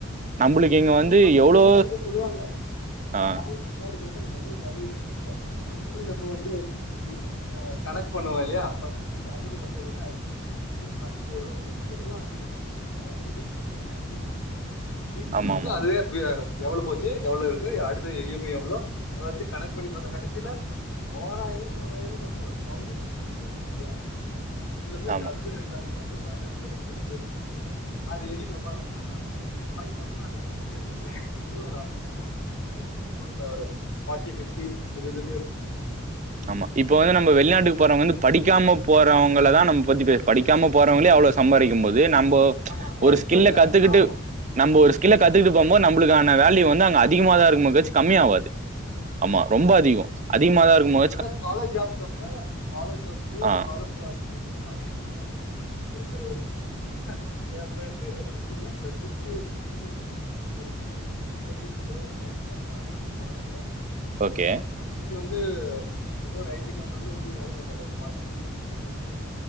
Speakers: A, on the right; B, on the left.
A: நம்பளுக்கு
B: ஆம்மா
A: இங்க
B: அங்க
A: வந்து
B: மணி
A: எவ்ளோ
B: வேலியில எதோ சொல்லுவாங்க
A: ஆ
B: பாருங்க முன்னாடி போய்ட்டு மணிவேல்யூ மந்த்லி இந்த எஃப் வந்து எ கனக் பண்ணுவோ இல்லையா ப சேலரி வந்தஉடனே அடுத்தப <inaudible> ஃபன்ட் வரு ஃபிஃப்டினெல்லா அதிகொ one week maximum one week ஒக்காந்து
A: ஆமா ஆமா
B: அது தேர்ட் பி ஆர் எவ்வளோ போச்சு எவ்வள இருக்கு அடுத்து இ எம் ஐ எவ்வளோ அத கண்க் பண்ணி பாத்தா கடசில தோராயவோ தோராயவ பாத்தா ஒரு தௌசண்ட் டு டூ தௌசண்ட் அதுவே அதிகொ சில பேருக்கு
A: ஆமா
B: அதுக்கூட இருக்காது அதுல மைனஸ்ல இருக்கு சில பேருக்கு அத எண்ணிட்டு உக்கந்துருப்பாங்க ஆனா வேலக்போனப் ன்னு அந்த பிரச்சனையே இருக்காது எப்பவுமே வந்து ஒரு அமௌண்ட் பிரச்சின இருக்காது அக்கௌண்ட்ல ஒரு ஃபார்ட்டி ஃபிஃப்டி இருந்துட்டேருக்கு
A: ஆம்மா இப்பவந்து நம்ம வெளிநாட்டுக்கு போறவங்க வந்து படிக்காம போறவங்களதா நம்ப்பத்தி பேஸ் படிக்காம போறவங்களே அவ்வளோ சம்பாரிக்கும்போது நம்ப
B: ஆமா படிச்சவங்க
A: ஒரு ஸ்கில்ல கத்துக்கிட்டு
B: ஆமா
A: நம்ம ஒரு ஸ்கில்ல கத்துக்கிட்டு போம்போது நம்மளுக்கான வேல்யூ வந்து அங்க அதிகமாதா இருக்கு மோச் கம்மியவாது
B: அதிகோ
A: ஆம்மா ரொம்ப அதிகொ அதிகமா தா இருக்குமோ
B: அதா scholar job the scholar jobs
A: ஆ
B: காலப்பு இது அதிக வேல்யூ ஒருத்தர் ன் அ எ ஃப்ரெண்டு என் ஃப்ரெண்டு இல்ல ப்ரெண்டுக் சீனியர் நெனைக்க க ஒரு two two four years corona டைத்துல நா அங்க போனாரு
A: ஓக்கே
B: இங்க வந்து ஏதோ ஒரு ஐ டி கம்பென்ல இங்கியெ வேலை பாத்தாரு ஃபார்ட்டி ஃபிஃப்ட்டி கே